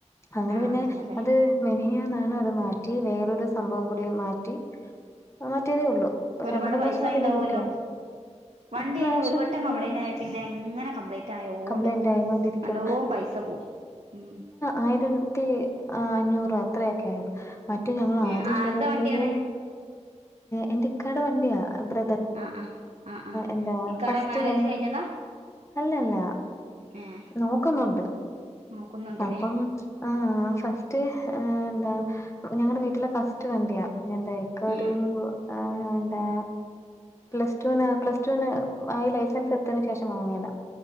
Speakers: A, on the left; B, on the right.
A: അങ്ങനെ
B: ആ
A: പിന്നെ
B: അങ്ങനല്ലേ
A: മെനിയന്നാണ് അത് മാറ്റി വേറൊരു സംഭവം കൂടി മാറ്റി മാറ്റിയതേ ഉള്ളൂ ഇപ്പൊ
B: ഒരുപാട്
A: രണ്ട് മൂന്ന്
B: പൈസായിണ്ടാവല്ലോ
A: ദിവസം കൊണ്ട് ഇങ്ങനെ ഇരിക്കുവാണ്
B: വണ്ടി
A: ഇപ്രാവശ്യം
B: അയ്ന് ഒരു വട്ടം കംപ്ലൈന്റ്
A: ആ
B: ആയ പിന്നെ എങ്ങനെ കംപ്ലൈന്റ് ആയോണ്ട്ക്കും
A: കംപ്ലൈന്റ് ആയികൊണ്ടിരിക്കും
B: നല്ലോ പൈസ പോവും ഉം
A: ആയിരത്തി അഞ്ഞൂറ് അത്രയൊക്കെ ആയുള്ളൂ മറ്റേ ഞങ്ങ
B: ഏഹ്
A: ആദ്യം
B: ആര്ടെ
A: ശരിയാക്കിയത
B: വണ്ടിയാണ്
A: എന്റെ ഇക്കാടെ വണ്ടിയാ ബ്രെ
B: ആഹ് ആഹ് ആഹ് ആഹ്
A: എന്താ
B: ഇക്കാടെ
A: ഫസ്റ്റ്
B: മാരേജ്
A: ഞാൻ
B: കഴിഞ്ഞതാ
A: അല്ലല്ല
B: ഏഹ്
A: നോക്കുന്നുണ്ട്
B: നോക്കുന്നുണ്ട്ല്ലേ
A: അപ്പം ആഹ് ഫസ്റ്റ് എന്താ ഞങ്ങളടെ വീട്ടിലെ ഫസ്റ്റ് വണ്ടിയാന്ത ക്ക ഒരു
B: ഏഹ്
A: ആഹ് എന്താ പ്ലസ്റ്റുന് പ്ലസ് ടുവിന് ആ ലൈസൻസ് എത്തതിന് ശേഷം വാങ്ങിയതാ